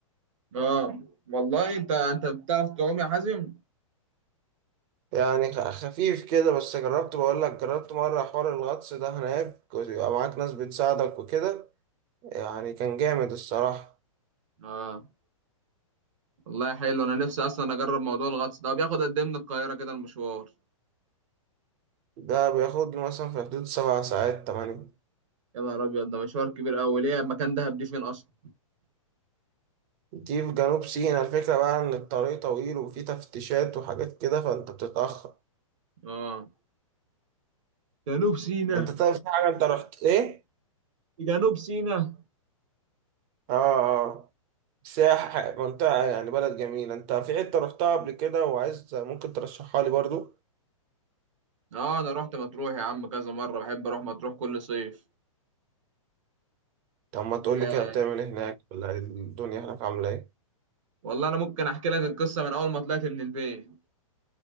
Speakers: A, on the right; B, on the right.
A: اه والله انت انت بتعرف تعوم يا حازم
B: يعني خ- خفيف كده بس جربت بقول لك جربت مره حوار الغطس ده هناك ويبقى معاك ناس بتساعدك وكده يعني كان جامد الصراحه
A: اه والله حلو انا نفسي اصلا اجرب موضوع الغطس ده بياخد قد ايه من القاهره كده المشوار
B: ده بياخد له مثلا في حدود سبع ساعات تمانية
A: يا نهار ابيض ده مشوار كبير قوي ليه مكان دهب دي فين اصلا
B: دي في جنوب سيناء الفكرة بقى إن الطريق طويل وفيه تفتيشات وحاجات كده فأنت بتتأخر
A: اه جنوب سينا
B: انت طيب في حاجة انت رحت ايه؟
A: جنوب سينا
B: اه اه سياحة منطقة يعني بلد جميلة انت في حتة رحتها قبل كده وعايز ممكن ترشحها لي برضو
A: اه انا رحت مطروح يا عم كذا مره بحب اروح مطروح كل صيف
B: طب ما
A: ال-
B: تقول لي كده بتعمل ايه هناك ولا ايه الدنيا هناك عاملة ايه؟
A: والله انا ممكن احكي لك القصه من اول ما طلعت من البيت